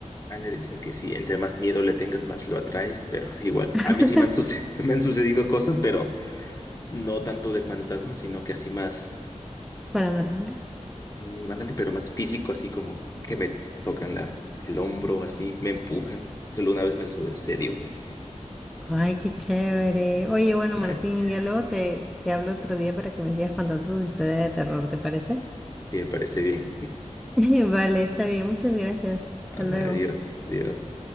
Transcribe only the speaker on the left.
A nadie le dicen que sí, entre más miedo le tengas, más lo atraes, pero igual, a
mí sí me han, suce- <laughs> me han sucedido cosas, pero no tanto de fantasmas, sino que así más,
mm, ándale, pero más físico, así como que me tocan la, el hombro, así, me empujan. Solo una vez me sucedió.
<laughs>
Sí, me parece bien.
Ándale,
adiós, adiós.